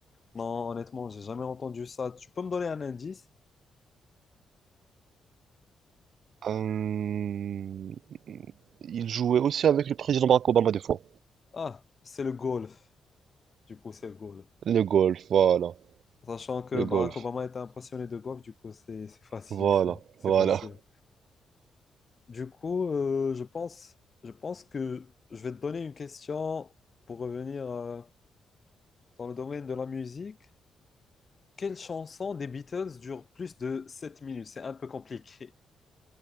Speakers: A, on the left; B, on the right.
A: Non, honnêtement, j'ai jamais entendu ça. Tu peux me donner un indice?
B: Euh, il jouait aussi avec le président Barack Obama des fois.
A: Ah, c'est le golf. Du coup, c'est le golf.
B: Le golf, voilà.
A: Sachant que
B: Le
A: Barack
B: golf,
A: Obama était un passionné de golf, du coup, c'est c'est facile.
B: voilà,
A: fou. C'est
B: voilà.
A: facile. Du coup, euh, je pense, je pense que je vais te donner une question pour revenir euh, dans le domaine de la musique. Quelle chanson des Beatles dure plus de 7 minutes? C'est un peu compliqué,